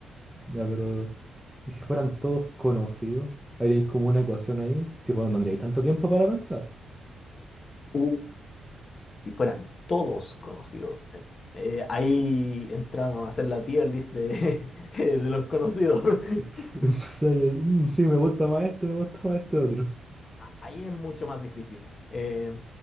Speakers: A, in the centre; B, on the left (about 45°).
A: Ya, pero Y si fueran todos conocidos, haríais como una ecuación ahí, tipo, no tendríais tanto tiempo para pensar.
B: Mm. si fueran todos conocidos. eh, eh, ahí entramos a hacer la tier list de, <laughs> de los conocidos. <laughs>
A: <laughs> Entonces ahí, hay, "Mm, sí, me gusta más este, me gusta más este otro.
B: Ahí es mucho más difícil. Eh,